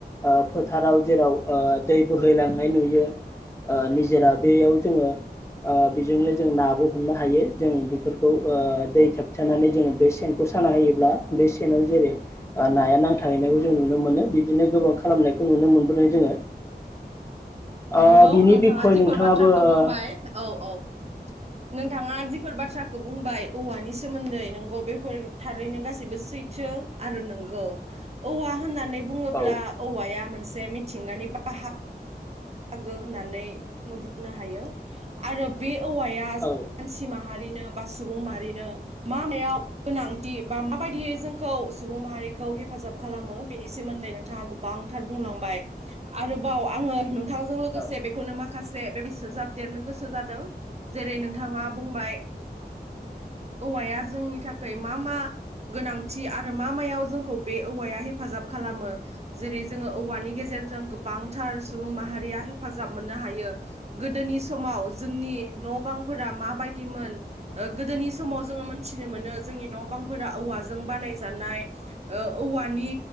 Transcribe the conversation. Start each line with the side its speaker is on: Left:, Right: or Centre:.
Left: ओ फोथाराव जेराव ओ दै बोहैलांनाय नुयो ओ निजोरा बेयाव जोङो ओ बेजोंनो जों नाबो हमनो हायो जों बेफोर खौ ओ दै थाब थानानै जोङो बे सेनखौ साना होयोब्ला बे सेनाव जेरै ओ नाया नांथाहैनायखौ जों नुनो मोनो बिदिनो गोबां खालामनायखौ नुनो मोनबोदों जोङो ओ
Right: नंगौ
Left: बिनि
Right: नोंथाङा
Left: बिखय
Right: जिफोर
Left: नोंथाङाबो
Right: बाथ्राखौ बुंबाय
Left: ओ
Right: औ औ नोंथाङा जिफोर बाथ्रा बुंबाय औवानि सोमोन्दै नोंगौ बेफोर थारैनो गासैबो सैथो आरो नोंगौ औवा होननानै बुङोब्ला
Left: औ
Right: औवाया मोन जे मिथिंगानि बाहा बाहागो होननानै जों बुंनो हायो आरो बे औवाया
Left: औ
Right: मानसि माहारि नो बा सुबुं माहारिनो मा मायाव गोनांथि बा माबायदियै जोंखौ सुबुं माहारिखौ हेफाजाब खालामो बेनि सोमोन्दै नोंथाङा गोबां खुथार बुंलांबाय आरोबाव आङो नों थांजों लोगोसे
Left: औ
Right: बेखौनो माखासे जे बेबायसो जाबदेरनो गोसो जादों जेरै नोंथाङा बुंबाय औवाया जोंनि थाखाय मा मा गोनांथि आरो मा मायाव जोंखौ बे औवाया हेफाजाब खालामो जेरै जोङो औवानि गेजेरजों गोबांथार सुबुं माहा रिया हेफाजाब मोननो हायो गोदोनि समाव जोंनि न' बांफोरा माबायदिमोन गोदोनि समाव जोङो मोनथिनो मोनो जोंनि न' बांफोरा औवाजों बानायजानाय ओ औवानि